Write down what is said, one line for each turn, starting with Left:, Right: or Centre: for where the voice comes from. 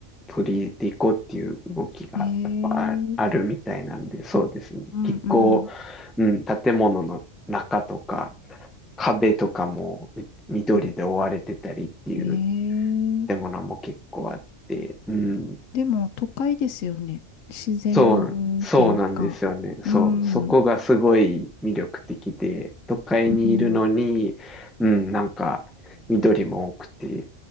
Centre: 取り入れていこうっていう動きがやっぱああるみたいなんで、
Left: えー、
Centre: そうですね。
Left: うんうん。
Centre: 結構、うん、建物の中とか壁とかもみ緑で覆われてたりっていう
Left: うんえー
Centre: 建物も結構あって、うん。
Left: でも都会ですよね。自然っていうか。
Centre: そう、そうなんですよね。そう、
Left: うん。
Centre: そこがすごい魅力的で、
Left: う
Centre: 都会にいるのに、
Left: ん。
Centre: うん、なんか、緑も多くて、